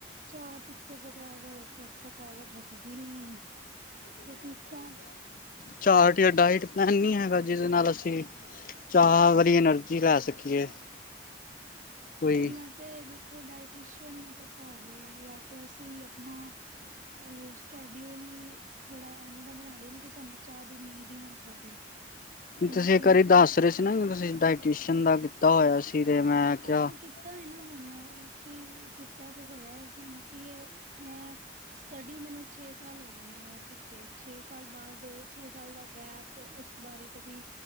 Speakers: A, on the right; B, on the left.
A: ਚਾਅ ਪੀਤੇ ਬਗ਼ੈਰ ਫੇਰ ਥਕ ਥਕਾਵਟ ਹਟਦੀ ਨੀ ਏ, ਤੇ ਕੀਕਾਂ
B: ਚਾਟ੍ਰ ਯਾ ਡਾਇਟ ਪਲੈਨ ਨੀ ਹੈਗਾ, ਜਿਦੇ ਨਾਲ ਅਸੀ ਚਾਅ ਵਾਲੀ ਐਨਰਜੀ ਰਖ ਪੈ ਸਕੀਏ ਕੋਈ
A: ਹੁਨ ਐ ਤੇ ਦੇਖੋ ਡਾਇਟੀਸ਼ਅਨ ਨੂੰ ਪਤਾ ਹੋਵੇ ਯਾ ਤੇ ਅਸੀ ਅਪਨਾ ਅ ਸਕੈਡਊਲ ਈ ਥੋੜਾ ਐਵੇਂ ਦਾ ਬਨਾ ਲੀਏ ਨਾ ਕਿ ਸਾਨੂੰ ਚਾਅ ਦੀ ਨੀਡ ਈ ਨਾ ਪਵੇ ਹੁਣ
B: ਤੂਸੀ
A: ਅਸੀਂ
B: ਇੱਕ ਵਾਰੀ ਦਾੱਸ ਰੇ ਸੀ ਨਾ ਕਿ ਤੂਸੀ ਡਾਇਟੀਸ਼ਨ ਦਾ ਕੀਤਾ ਹੋਏਆ ਸੀ ਤੇ ਮੈਂ
A: ਹਾਂ, ਕੀ
B: <inaudible>
A: ਹੂੰ ਕੀ ਕੀਤਾ ਤੇ ਹੋਏਆ ਏ ਹੁਨ ਕੀ ਏ ਮੈਂ ਸਟੱਡੀ ਮੈਨੂੰ ਛੇ ਸਾਲ ਹੋਗੇ ਨੇ ਓ ਕੀਤੇ, ਛੇ ਸਾਲ ਬਾਦ, ਛੇ ਸਾਲ ਦਾ ਗੈਪ ਉਸ ਬਾਰੇ ਕਦੀ